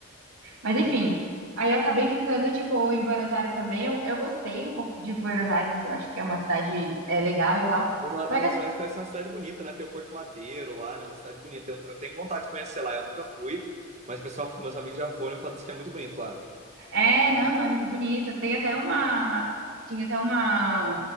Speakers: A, on the right (about 85°); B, on the right (about 30°).
A: Mas enfim, aí eu acabei ficando, tipo, em Buenos Aires também. Eu, eu gostei um pouco de Buenos Aires, assim, eu acho que é uma cidade é, legal e tal.
B: Buenos
A: Só
B: Buenos
A: que assim,
B: Aires parece uma cidade bonita, né? Tem o Porto Madeiro lá, né? Uma cidade bonita. Eu, eu tenho vontade de conhecer lá, eu nunca fui, mas o pessoal, meus amigos já foram e falaram que é muito bonito lá.
A: É, não, é muito bonito. Tem até uma, tinha até uma,